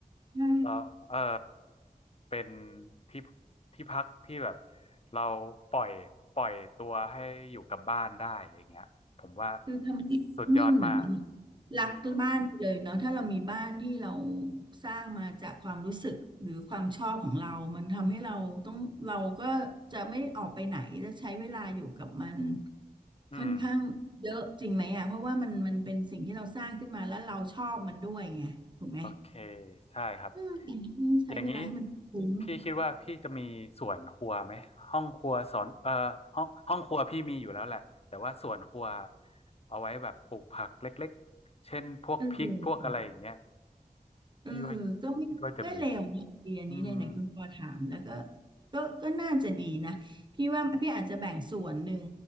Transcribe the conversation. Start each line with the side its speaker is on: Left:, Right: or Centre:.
Right: ใช่
Left: เราเออเป็นที่ที่พักที่แบบเราปล่อยปล่อยตัวให้อยู่กับบ้านได้อย่างเงี้ยผมว่า
Right: คือทำให้ไม่เหมือน
Left: สุดยอดมาก
Right: รักบ้านไปเลยเนาะถ้าเรามีบ้านที่เรา
Left: อืม
Right: สร้างมาจากความรู้สึกหรือความชอบของเรามันทำให้เราต้องเราก็จะไม่ออกไปไหนจะใช้เวลาอยู่กับมัน
Left: อืม
Right: ค่อนข้างเยอะจริงไหมอ่ะเพราะว่ามันมันเป็นสิ่งที่เราสร้างขึ้นมาแล้วเราชอบมันด้วยไงถูกไหม
Left: โอเคใช่ครับ
Right: อืมต้องใช้เวลาให้มันคุ้ม
Left: อย่างนี้พี่คิดว่าพี่จะมีส่วนครัวไหมห้องครัวสอนเอ่อห้องห้องครัวพี่มีอยู่แล้วแหละแต่ว่าส่วนครัวเอาไว้แบบปลูกผักเล็กๆเช่นพวกพริกพวกอะไรอย่างเงี้ย
Right: เออ เออ
Left: พี่ว่า
Right: ก็ไม่ก็เลวนะไอเดียนี้ไหนๆคุณปอถามแล้วก็
Left: คิดว่าจะมีไหมอืม
Right: ก็ก็น่าจะดีนะพี่ว่าพี่อาจจะแบ่งส่วนหนึ่ง